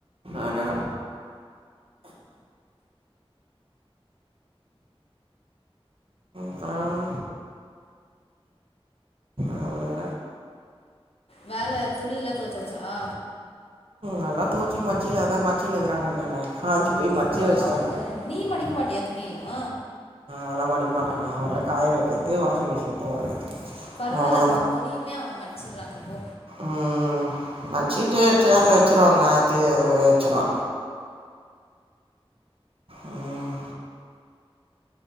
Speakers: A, on the right (about 65°); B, on the left (about 75°).
A: ஆனா க்கறம் அவ்வளோ
B: வேல துணியில துவசச்சா
A: யெல்லா தூச்சி மச்சி ஆத மச்சினிங்கிறாங்கன்னானே காஞ்சி போய் மச்சியே
B: ஓ
A: வச்சுட்டாங்க
B: அவங்க நீ மடிக்க மாட்டியா துணியிலா
A: நால்லா மடிக்க மாட்டா நா வேறு காய வைக்கிறதுத்து வாஷிங் மிஷின் போடுறது
B: பரவால்ல
A: அவங்க
B: உன் துணியவே அவங்க மடிச்சுடுறாங்க போ
A: உம் மச்சிட்டு சேர்ல வச்சருவாங்க நா எத்து வச்சுருவா உம்